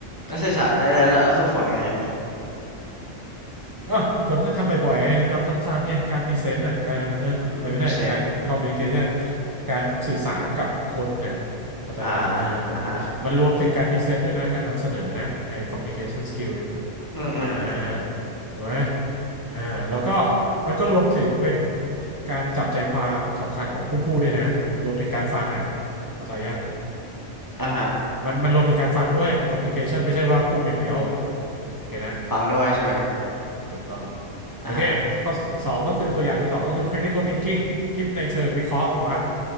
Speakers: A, on the left; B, on the right.
A: แล้วสื่อสารเออแล้วแล้วฝึกฝนไงพี่
B: ครับ เออคุณฝนถ้าทำบ่อยๆไงย้ำๆซ้ำๆไงการพรีเซนต์น่ะการนะแตไม่ใช่การคอมมิวนิเคชัน
A: อืม present
B: การสื่อสารกับคนเนี่ยเข้าใจป่ะเออ
A: อ่าอ่าฮะ
B: มันรวมถึงการพรีเซนต์ด้วยนะการนำเสนอนะไอ้คอมมิวนิเคชันสกิลเนี่ย
A: อืมอืม
B: อ่าถูกไหมอ่าแล้วก็มันก็รวมถึงเป็นการจับใจความสำคัญของผู้พูดด้วยนะรวมถึงการฟังอ่ะเข้าใจยัง
A: อ่าฮะ
B: มันมันรวมถึงการฟังด้วยคอมมิ n i c a t ชันไม่ใช่ว่าพูดอย่างเดียวโอเคนะ
A: ฟังด้วยใช่ไหม
B: ถูกต้องโอเคข้อสองก็คือตัวอย่างที่สองก็คือ
A: อ่าฮะ
B: critical thinking คิดในเชิงวิเคราะห์ถูกป่ะ